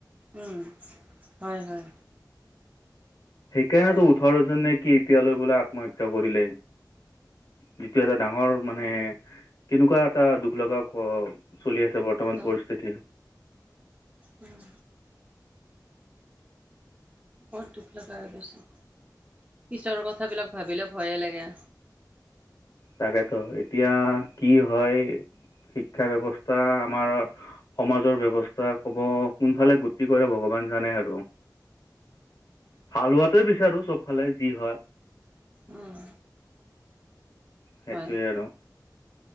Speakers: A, on the right (about 20°); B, on the left (about 60°).
A: উম' হয় হয়।
B: সেইকাৰণেটো
A: হয়
B: ওঠৰৰজননে
A: দে
B: কি এতিয়ালৈ বোলে আত্মহত্যা কৰিলে। যিটো এটা ডাঙৰ মানে- কেনেকুৱা এটা দুখ লগা ঘ চলি আছে বৰ্তমান
A: অ',
B: পৰিস্থিতিৰ।
A: উম' বৰ দুখ লগা হৈ গৈছে। পিছৰ কথাবিলাক ভাবিলে ভয়ে লাগে।
B: তাকেতো এতিয়া কি হয়, শিক্ষা ব্যৱস্থা আমাৰ- সমাজৰ ব্যৱস্থা ক'ব কোনফালে গতি কৰে ভগৱান জানে আৰু। ভাল হোৱাটোৱে বিচাৰোঁ চবফালে যি হয়।
A: উম'
B: সেইটোৱে
A: হয়
B: আৰু